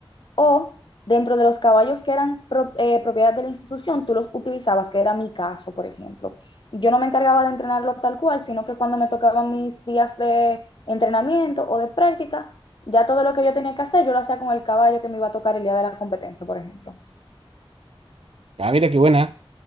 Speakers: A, on the left; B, on the right.
A: O dentro de los caballos que eran pro- eh, propiedad de la institución, tú los utilizabas, que era mi caso, por ejemplo. Yo no me encargaba de entrenarlo tal cual, sino que cuando me tocaban mis días de entrenamiento o de práctica, ya todo lo que yo tenía que hacer, yo lo hacía con el caballo que me iba a tocar el día de la competencia, por ejemplo.
B: Ah, mira qué buena.